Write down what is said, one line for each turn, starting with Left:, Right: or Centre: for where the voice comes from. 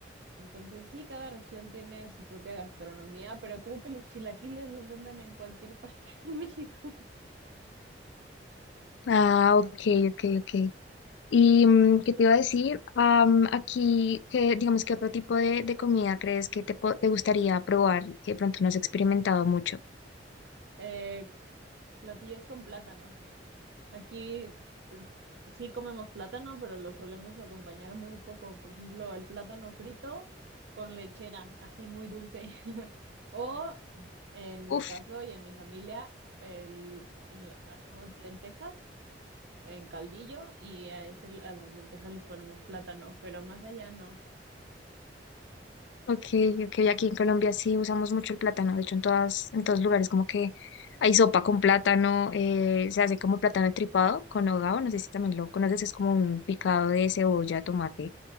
Right: Entonces, sí, cada región tiene su propia gastronomía, pero creo que los chilaquiles los venden en cualquier parte <laughs> de México.
Left: ah, ok, ok, ok. ¿Y mm, qué te iba a decir? Am, aquí, ¿qué, digamos, qué otro tipo de, de comida crees que te, po- te gustaría probar que de pronto no has experimentado mucho?
Right: Eh, platillos con plátano. Aquí eh, sí comemos plátano, pero lo solemos acompañar muy poco. Por ejemplo, el plátano frito con lechera, así muy dulce. <laughs> O en mi
Left: Uf,
Right: caso y en mi familia, el, en la- hacemos lentejas en caldillo y a, ese, a las lentejas les ponemos plátano, pero más allá no.
Left: ok, ok, aquí en Colombia sí usamos mucho el plátano, de hecho en todas, en todos lugares como que hay sopa con plátano, eh, se hace como plátano tripado con hogao, no sé si también lo conoces, es como un picado de cebolla, tomate